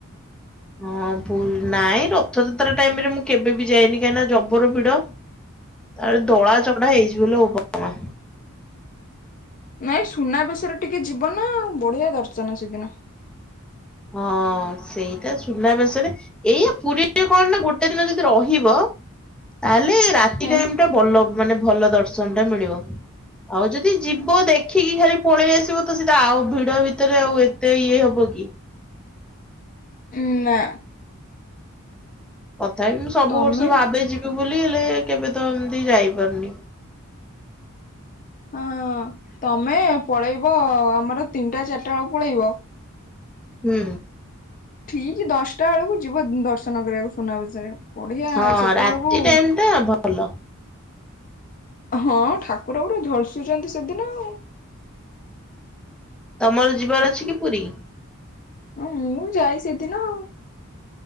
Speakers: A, in the centre; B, on the left.
A: ହଁ ପୁର୍ ନାଇଁ ରଥଯାତ୍ରା ଟାଇମ ରେ ମୁଁ କେବେ ବି ଯାଇନି କାଇଁନା ଜବର ଭିଡ। ତାପରେ ଦଳା ଚକଡା ହେଇଯିବ ଲୋ ବୋପାମା।
B: ନାଇଁ ସୁନାବେଶରେ ଟିକେ ଯିବ ନା ଆଉ ବଢିଆ ଦର୍ଶନ ସେଦିନ।
A: ହଁ ସେଇଟା ସୁନାବେଶରେ ଏଇଆ ପୁରୀରେ କଣ ନା ଗୋଟେ ଦିନ ଯଦି ରହିବ ତାହେଲେ ରାତି
B: ଉଁ
A: ଟାଇମ ଟା ଭଲ ମାନେ ଭଲ ଦର୍ଶନ ଟା ମିଳିବ। ଆଉ ଯଦି ଯିବ ଦେଖିକି ଖାଲି ପଳେଇ ଆସିବ ତ ସେଟା ଆଉ ଭିଡ ଭିତରେ ଆଉ ଏତେ ଇଏ ହବ କି?
B: ଉମ୍ ନା।
A: ତଥାପି ମୁଁ ସବୁ
B: ତମେ
A: ବର୍ଷ ଭାବେ ଯିବି ବୋଲି ହେଲେ କେବେ ତ ଏମତି ଯାଇପାରୁନି।
B: ହଁ ହଁ ତମେ ପଳେଇବ ଆମର ତିନିଟା ଚାରିଟା ବେଳକୁ ପଳେଇବ
A: ହୁଁ।
B: ଠିକ୍ ଦଶ ଟା ବେଳକୁ ଯିବ ଦର୍ଶନ କରିବାକୁ ସୁନାବେଶରେ ବଢିଆ
A: ହଁ
B: ସେତବେଳକୁ
A: ରାତି ଟାଇମ ଟା ଭଲ।
B: ହଁ ଠାକୁର ପୁରା ଝଲସୁଚନ୍ତି ସେଦିନ ଆଉ।
A: ତମର ଯିବାର ଅଛି କି ପୁରୀ?
B: ହଁ ମୁଁ ଯାଏ ସେଇଦିନ ଆଉ।